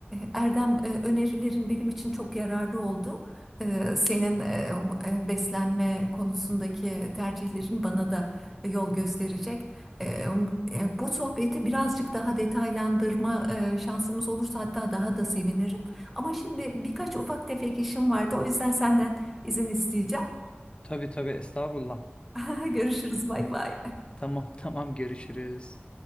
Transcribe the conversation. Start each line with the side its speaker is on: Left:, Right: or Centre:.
Centre: Erdem e, önerilerin benim için çok yararlı oldu. E, Senin e, e, beslenme konusundaki tercihlerin bana da yol gösterecek. E, um, e, Bu sohbeti birazcık daha detaylandırma e, şansımız olursa hatta daha da sevinirim. Ama şimdi birkaç ufak tefek işim vardı. O yüzden senden izin isteyeceğim.
Left: Tabii tabii estağfurullah.
Centre: <laughs> Görüşürüz. Bay bay.
Left: Tamam <laughs> tamam görüşürüz.